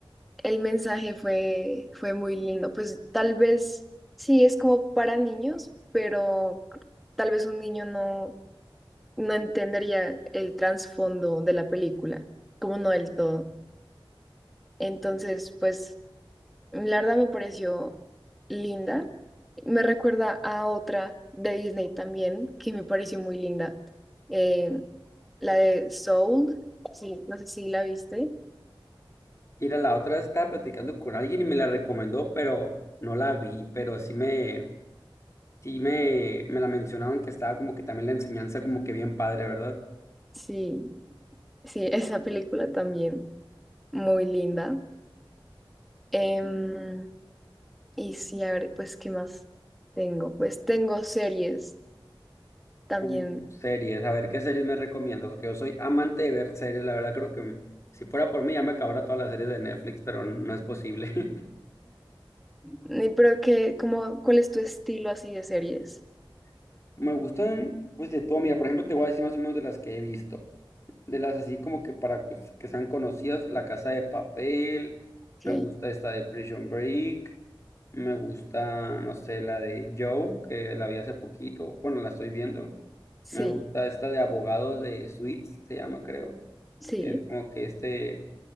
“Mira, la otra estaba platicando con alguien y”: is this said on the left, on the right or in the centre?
Left